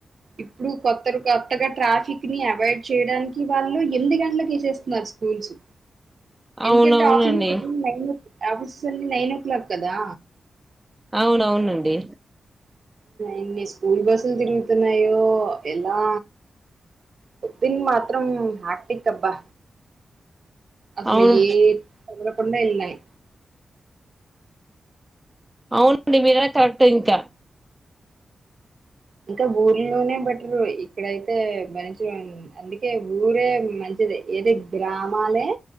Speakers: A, on the right; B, on the right.
A: ఇప్పుడు కొత్తరు కొత్తగా ట్రాఫిక్ ని అవాయిడ్ చేయడానికి వాళ్ళు ఎనిమిది గంటలకి చేసేస్తున్నారు స్కూల్స్
B: అవునవునండి
A: ఎందుకంటే ఆఫీస్ నైన్ఆఫీస్ అన్ని నైన్ ఓ క్లాక్ కదా
B: అవున అవునండి
A: ఎన్ని స్కూల్ బస్సులు తిరుగుతున్నాయో ఎలా ఓపిన్ మాత్రం ఆక్టికబ్బా అసలే
B: అవును
A: ఏం కధలకుంట అల్లాయి
B: అవునండి మీర కరెక్ట్ ఇంకా
A: ఇంకా ఊర్లోనే బెటరు ఇక్కడయితే బరించడం అందుకే ఊరే మంచి ఏదో గ్రామాలే